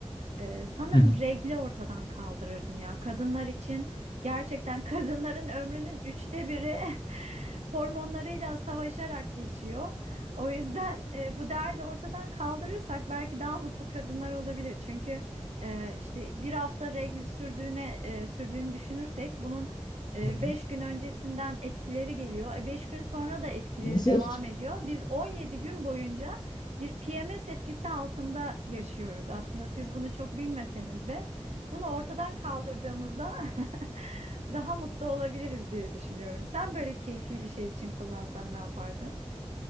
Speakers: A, on the right; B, on the left.
A: e, sanırım
B: Hı hı.
A: regli ortadan kaldırırdım ya. Kadınlar için gerçekten <laughs> kadınların ömrünün üçte biri <laughs> hormonlarıyla savaşarak geçiyor. O yüzden e, bu derdi ortadan kaldırırsak belki daha mutlu kadınlar olabilir. Çünkü e, işte bir hafta regl sürdüğüne e, sürdüğünü düşünürsek bunun e,
B: Hı hı.
A: Beş gün öncesinden etkileri geliyor. E, beş gün sonra da etkileri
B: Nasıl?
A: devam ediyor. Biz 17 gün boyunca bir PMS etkisi altında yaşıyoruz aslında. Siz bunu çok bilmeseniz de bunu ortadan kaldırdığımızda <laughs> daha mutlu olabiliriz diye düşünüyorum. Sen böyle keyfi bir şey için kullansan ne yapardın?